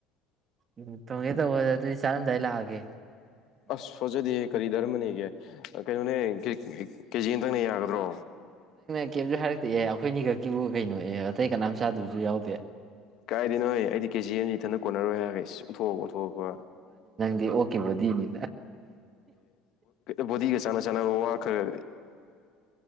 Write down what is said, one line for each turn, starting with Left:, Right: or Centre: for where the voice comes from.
Right: ꯎ ꯇꯣꯡ ꯇ ꯑꯗꯨꯗꯤ ꯆꯔꯝꯗꯏꯂꯑꯒꯦ
Left: ꯑꯁ ꯐꯖꯗꯦ ꯀꯔꯤ ꯙꯔꯃꯅꯤꯒꯦ ꯀꯩꯅꯣꯅꯦ ꯀꯦꯖꯤ ꯑꯇꯪꯅꯦ ꯌꯥꯒꯗ꯭ꯔꯣ
Right: ꯀꯦꯞꯁꯨ ꯍꯥꯏꯔꯛꯇꯑ ꯑꯩꯈꯣꯏꯅꯤ ꯈꯛꯀꯤꯕꯨ ꯀꯩꯅꯣ ꯑꯦ ꯑꯇꯩ ꯀꯅꯥꯝ ꯆꯥꯗꯕꯁꯨ ꯌꯥꯎꯗꯦ
Left: ꯀꯥꯏꯗꯅꯣ ꯍꯣꯏ ꯑꯩꯗꯤ ꯀꯦꯖꯤ ꯍꯅꯤ ꯊꯅ ꯀꯣꯟꯅꯔꯣꯏ ꯍꯥꯏꯔꯒ ꯑꯣꯟꯊꯣꯛꯑꯒ ꯑꯣꯟꯊꯣꯛꯑꯒ
Right: ꯑꯣꯀꯦ ꯃꯤ
Left: ꯑꯦ ꯗꯤꯒꯁꯅ ꯆꯥꯟꯅꯕꯈꯔ